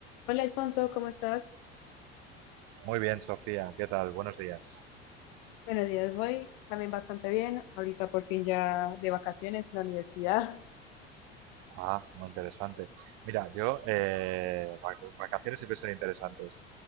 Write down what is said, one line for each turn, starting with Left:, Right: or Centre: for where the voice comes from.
Left: Hola Alfonso, ¿cómo estás?
Right: Muy bien, Sofía, ¿qué tal? Buenos días.
Left: Buenos días, voy también bastante bien. Ahorita por fin ya de vacaciones en la universidad. <laughs>
Right: Ah, muy interesante. Mira, yo, eh, vac- vacaciones siempre son interesantes.